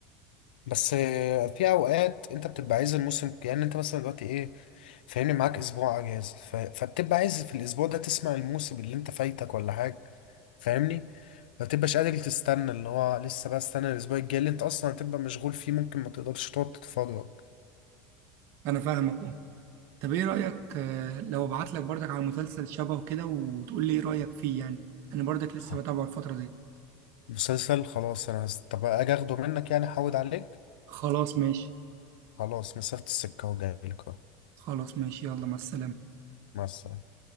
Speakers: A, on the left (about 80°); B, on the right (about 60°).
A: بس آه، في اوقات انت بتبقى عايز الموسم يعني انت مثلا دلوقتي ايه فاهمني معاك اسبوع اجازة ف... فبتبقى عايز في الاسبوع ده تسمع الموسم اللي انت فايتك ولا حاجة فاهمني ما تبقاش قادر تستنى اللي هو لسه بقى استنى الاسبوع الجاي اللي انت اصلا هتبقى مشغول فيه ممكن ما تقدرش تقعد تتفرج
B: انا فاهمك طب ايه رأيك آه، لو ابعت لك برضك على مسلسل شبهه كده وتقول لي ايه رأيك فيه يعني انا برضك
A: خلاص.
B: لسه بتابعه الفترة دي
A: مسلسل خلاص انا هس- طب اجي اخده منك يعني احود عليك
B: خلاص ماشي
A: خلاص مسافة السكة وجايلك اهو
B: خلاص ماشي يلا مع السلامة
A: مع السلامة